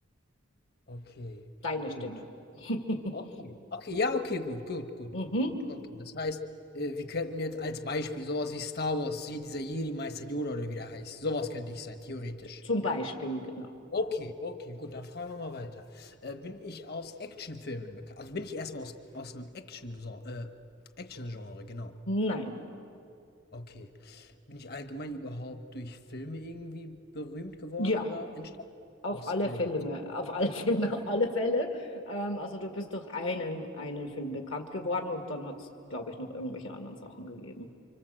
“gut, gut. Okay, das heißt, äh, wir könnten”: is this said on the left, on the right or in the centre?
Left